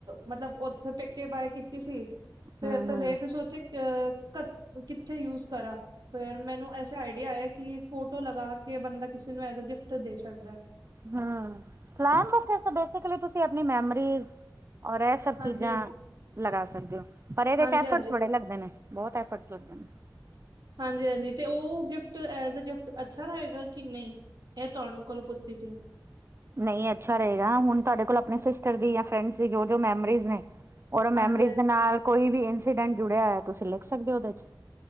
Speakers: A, on the right; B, on the right.
A: ਮਤਲਬ ਓਥੋ ਪੇਕੇ ਬਾਏ ਕੀਤੀ ਸੀ। ਤੇ
B: ਹੂੰ-ਹੂੰ
A: ਏਤੇ ਲੇਆਈ ਫਿਰ ਸੋਚਿਆ ਅ ਕਿੱਥੇ ਯੂਜ ਕਰਾਂ? ਫੇਰ ਮੈਨੂੰ ਐਸਾ ਆਈਡੀਆ ਆਇਆ ਕਿ ਫੋਟੋ ਲਗਾ ਕੇ ਬੰਦਾ ਕਿਸੇ ਨੂੰ ਐਜ ਏ ਗਿਫਟ ਦੇ ਸਕਦਾ।
B: ਹਾਂ ਸਲਾਇਮ ਬੁਕ ਬੇਸਿਕਲੀ ਤੁਸੀਂ ਆਪਣੀ ਮੈਮਰੀਸ ਔਰ ਸਭ
A: ਹਾਂਜੀ,
B: ਚੀਜ਼ਾਂ ਲਗਾ ਸਕਦੇ ਓ ਪਰ ਇਦੇ
A: ਹਾਂਜੀ-ਹਾਂਜੀ,
B: ਚ ਐਫਰਟਸ ਬੜੇ ਲੱਗਦੇ ਨੇ ਬੌਤ ਐਫਰਟਸ ਲੱਗਦੇ ਨੇ।
A: ਹਾਂਜੀ, ਹਾਂਜੀ ਤੇ ਓ ਗਿਫਟ ਐਜ ਏ ਗਿਫਟ ਅੱਛਾ ਰਏਗਾ ਕਿ ਨਈ? ਐ ਤੁਆਨੂੰ ਕੋਲ ਪੁੱਛਦੀ ਪੀ ਓ।
B: ਨਈ ਅੱਛਾ ਰਏਗਾ ਹੁਣ ਤੁਆਡੇ ਕੋਲ ਆਪਣੇ ਸਿਸਟਰ ਦੀ ਜਾਂ ਫਰੈਂਡਸ ਦੀ ਜੋ ਜੋ ਮੈਮਰੀਜ਼ ਨੇ ਔਰ ਐ ਮੈਮਰੀਜ਼
A: ਹਾਂਜੀ, ਹਾਂ-
B: ਦੇ ਨਾਲ ਕੋਈ ਵੀ ਇੰਸੀਡੈਂਟ ਜੁੜਿਆ ਹੋਇਆ ਤੁਸੀਂ ਲਿਖ ਸਕਦੇ ਓ ਓਦੇ ਚ।